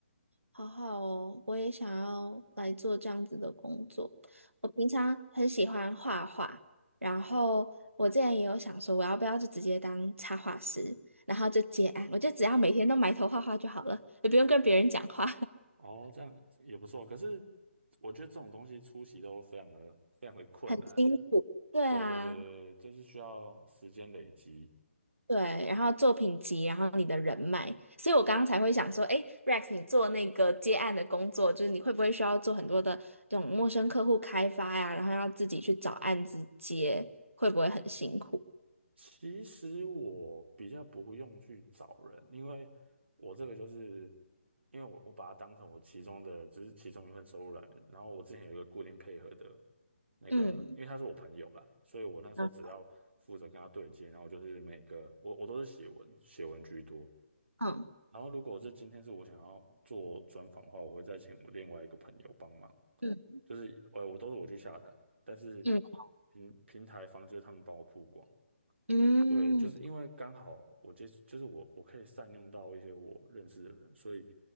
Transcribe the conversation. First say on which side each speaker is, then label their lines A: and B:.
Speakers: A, on the right; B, on the right.
A: 好好哦，我也想要来做这样子的工作。我平常很喜欢画画，然后我之前也有想说，我要不要就直接当插画师，然后就接案，我就只要每天都埋头画画就好了，也不用跟别人讲话，
B: 哦，这样也不错。可是我觉得这种东西出席都非常的非常的困难。
A: <laughs> 很辛苦。对啊。
B: 对对对对，对这是需要时间累积。
A: 对，然后作品集，然后你的人脉，所以我刚刚才会想说，哎，Rex，你做那个接案的工作，就是你会不会需要做很多的这种陌生客户开发呀，然后要自己去找案子接，会不会很辛苦？
B: 其实我比较不会用去找人，因为我这个就是因为我我把它当成我其中的只是其中一份收入来源。然后我之前有一个固定配合的那个，
A: 嗯
B: 因为他是我朋友啦，所以我那时候只要负责跟他对接，
A: 嗯
B: 然后就是每个我我都是写文写文居多。
A: 嗯
B: 然后如果是今天是我想要做专访的话，我会再请我另外一个朋友帮忙，
A: 嗯
B: 就是呃，我都是我去下单，但是
A: 嗯
B: 平平台方就是他们帮我曝光。
A: 嗯
B: 对，就是因为刚好我接触，就是我我可以善用到一些我认识的人，所以